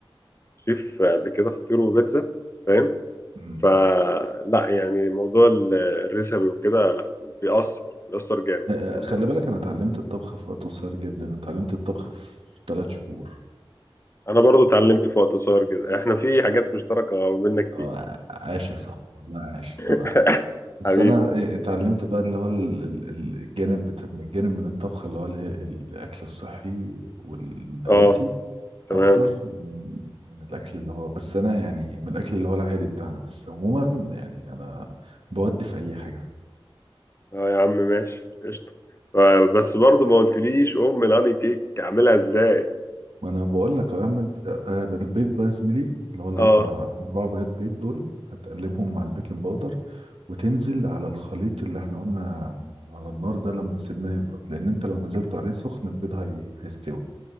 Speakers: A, on the left; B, on the right.
A: شيف قبل كده في فطير وبيتزا فاهم
B: مم.
A: فلا يعني موضوع ال- الريسبي وكده لا بيأثر بيأثر جامد
B: آه،
A: فاهمني
B: خلي بالك انا اتعلمت الطبخ في وقت قصير جدا اتعلمت الطبخ في ثلاث شهور
A: انا برضو اتعلمت في وقت قصير كده احنا في حاجات مشتركه ما بيننا كتير
B: اه عاش يا صاحبي والله عاش
A: <laughs>
B: انا بس
A: حبيبي
B: انا إيه اتعلمت بقى اللي هو ال- ال- ال- الجانب بتا... الجانب من الطبخ اللي هو اله- الاكل الصحي والنباتي
A: اه تمام
B: اكتر من من الاكل اللي هو بس انا يعني من الاكل اللي هو العادي بتاعنا بس عموما يعني انا بودي في اي حاجه فيه
A: اه يا عم ماشي قشطة آه، بس برضه ما قلتليش أم الهاني كيك أعملها إزاي
B: ما انا بقول لك اهو يا عم انت آه، البيض بقى يا زميلي اللي هو الاربع
A: اه
B: الاربع بيض بيض دول هتقلبهم مع البيكنج باودر وتنزل على الخليط اللي احنا قلنا على النار ده لما سيبناه يبرد لان انت لو نزلت عليه سخن البيض هي... هيستوي